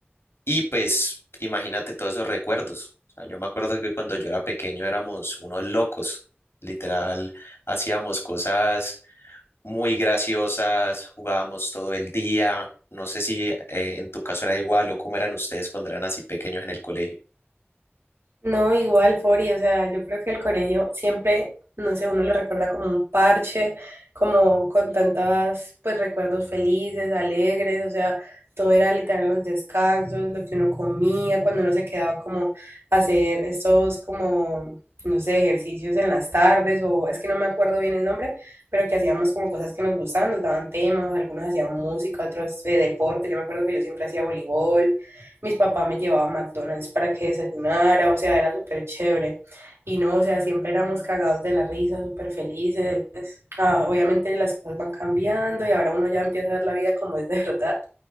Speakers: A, on the left (about 80°); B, on the right (about 85°).
A: y pues imagínate todos esos recuerdos. O sea, yo me acuerdo que cuando yo era pequeño éramos unos locos. Literal, hacíamos cosas muy graciosas, jugábamos todo el día. No sé si eh, en tu caso era igual o cómo eran ustedes cuando eran así pequeños en el colegio.
B: No, igual, Fori, o sea, yo creo que el colegio siempre, no sé, uno lo recuerda como un parche, como con tantas, pues, recuerdos felices, alegres, o sea, todo era literal en los descansos, lo que uno comía, cuando uno se quedaba como a hacer estos como, no sé, ejercicios en las tardes, o es que no me acuerdo bien el nombre, pero que hacíamos como cosas que nos gustaban, nos daban temas, algunos hacían música, otros eh, deporte, yo me acuerdo que yo siempre hacía voleibol mis papás me llevaban a McDonald's para que desayunara, o sea, era súper chévere. Y no, o sea, siempre éramos cagados de la risa, súper felices. Ah, obviamente las cosas van cambiando y ahora uno ya empieza a ver la vida como es de verdad,